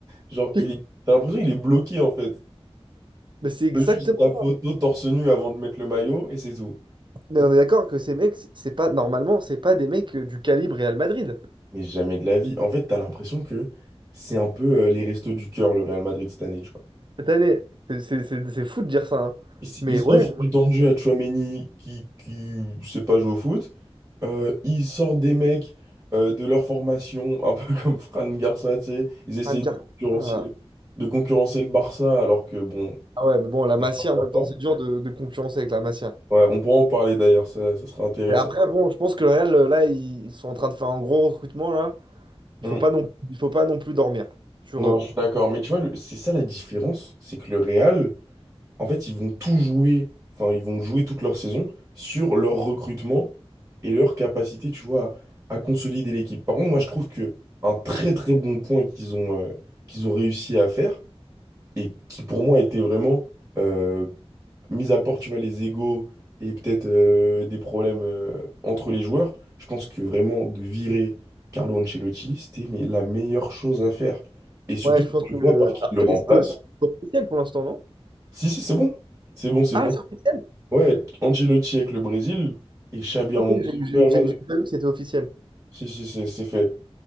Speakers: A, on the right; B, on the right.
A: Genre,
B: <laughs>
A: il est... t'as l'impression qu'il est bloqué en fait.
B: Mais c'est exactement.
A: Il fait Juste sa photo torse nu avant de mettre le maillot et c'est tout.
B: Mais on est d'accord que ces mecs, c'est c'est pas, normalement, c'est pas des mecs euh, du calibre Real Madrid
A: Mais jamais de la vie. En fait, t'as l'impression que c'est un peu euh, les restos du cœur, le Real Madrid cette année, tu vois.
B: cette année. C'est c'est- c'est- c'est fou de dire ça, hein.
A: Ils
B: Mais
A: ils
B: ouais,
A: offrent du
B: moi,
A: temps de jeu à Tchouaméni qui, qui sait pas jouer au foot. Euh, ils sortent des mecs euh, de leur formation, un peu <laughs> comme Fran Garcia, tu sais. Ils essayent
B: Fran Garcia.
A: de concurrencer,
B: Ah,
A: de concurrencer le Barça, alors que bon,
B: ah ouais, mais bon, la Masia,
A: ça
B: en
A: va.
B: même
A: pas.
B: temps, c'est dur de, de concurrencer avec la Masia.
A: ouais, on pourra en parler d'ailleurs, ça, ça sera intéressant.
B: Mais après, bon, je pense que le Real, euh, là, ils ils sont en train de faire un gros recrutement, là. Il
A: Mm.
B: faut pas non, il faut pas non plus dormir sur
A: Non,
B: eux.
A: je suis d'accord. Mais tu vois, le- c'est ça la différence, c'est que le Real, en fait, ils vont tout jouer, enfin, ils vont jouer toute leur saison sur leur recrutement et leur capacité, tu vois, à, à consolider l'équipe. Par contre, moi, je trouve que un très très bon point qu'ils ont, euh, qu'ils ont réussi à faire, et qui pour moi était vraiment, euh, mis à part, tu vois, les égos et peut-être euh, des problèmes euh, entre les joueurs, je pense que vraiment de virer Carlo Ancelotti, c'était mais, la meilleure chose à faire. Et surtout
B: Ouais, je
A: que
B: pense
A: tu
B: que...
A: vois par qui
B: Après,
A: il le remplace.
B: mais c'est c'est officiel pour l'instant, non?
A: Si, si, c'est bon. C'est bon, c'est
B: Ah,
A: bon.
B: c'est officiel?
A: Ouais, Ancelotti avec le Brésil et Xabi
B: Ok,
A: Alonso
B: j'ai j'ai-
A: au Real
B: j'ai-
A: Madrid.
B: j'ai pas vu que c'était officiel.
A: Si, si, c'est c'est fait.